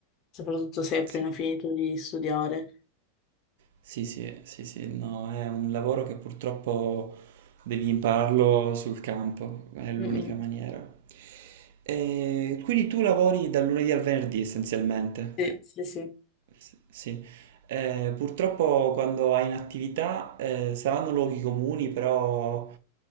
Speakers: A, on the left (about 35°); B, on the right (about 55°).
A: soprattutto se hai appena
B: Sì,
A: finito di studiare.
B: sì, sì, sì, sì, no, è un lavoro che purtroppo devi impararlo sul campo, è l'unica
A: Mm, mm.
B: maniera. E quindi tu lavori dal lunedì al venerdì essenzialmente.
A: Sì, sì, sì.
B: S- Sì, Eh, purtroppo quando hai in attività eh, saranno luoghi comuni, però